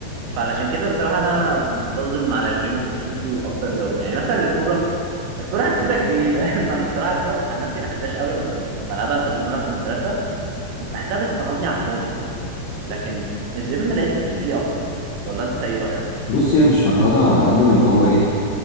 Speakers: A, on the right; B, on the left.
A: فعلشان كده الصراحة أنا منتظم على الجيم وبشوفه أفضل رياضة يعني مثلا الكورة الكورة هتفيدك في إيه فاهم <laughs> أنا الصراحة الكورة عن نفسي ما بحبهاش قوي بس لما كنت بلعبها زمان وأنا في المدرسة كنت بحسها بتفرهدني على الفاضي لكن الجيم لقيت نفسي فيه أكتر ولا أنت إيه رأيك؟
B: بص هي مش فرهضه على قد ما اللي هو ايه